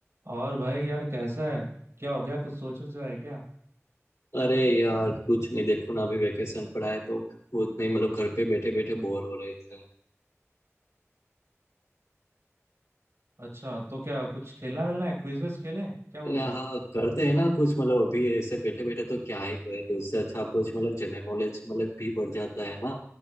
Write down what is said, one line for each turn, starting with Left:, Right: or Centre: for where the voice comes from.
Right: और भाई यार कैसा है क्या हो गया कुछ सोच सोच रहा है क्या
Left: अरे यार कुछ नहीं देखो ना अभी वेकेशन पड़ा है तो कुछ नहीं मतलब घर पे बैठे बैठे बोर हो रहे थे
Right: अच्छा तो क्या कुछ खेलना मिलना है क्विज विज खेलें क्या बोलते
Left: अरे
Right: हो
Left: हाँ करते हैं ना कुछ मतलब अभी ऐसे बैठे बैठे तो क्या ही करेंगे उससे अच्छा कुछ मतलब जनरल नॉलेज मतलब भी बढ़ जाता है ना